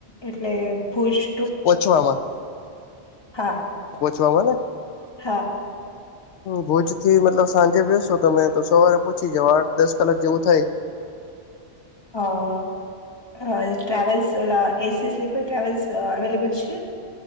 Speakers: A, on the left; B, on the left.
A: એટલે ભુષ
B: પોચવામાં
A: હા
B: જોવોને
A: હા
B: ભુજ થી મતલબ સાંજે બેસો તમે તો સવારે પહચી જાવ આઠ દસ કલાક જેવું થાય. <unintelligible>
A: હા ટ્રાવવલ્સ વાલા એસી સ્લીપર ટ્રાવવલ્સ અવેલેબલ છે?